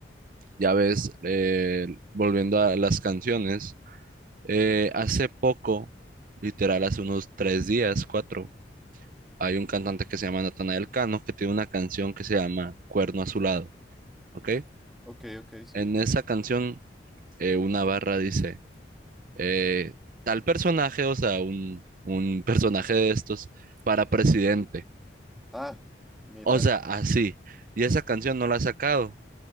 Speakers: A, on the right; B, in the centre.
A: ya ves, eh, volviendo a las canciones, eh, hace poco, literal, hace unos tres días, cuatro, hay un cantante que se llama Natanael Cano que tiene una canción que se llama Cuerno Azulado, ¿ok?
B: Ok, ok, sí.
A: En esa canción, eh, una barra dice... eh, tal personaje, o sea, un, un personaje de estos para presidente.
B: Ah, mira,
A: O sea, así. Y esa canción no la ha sacado.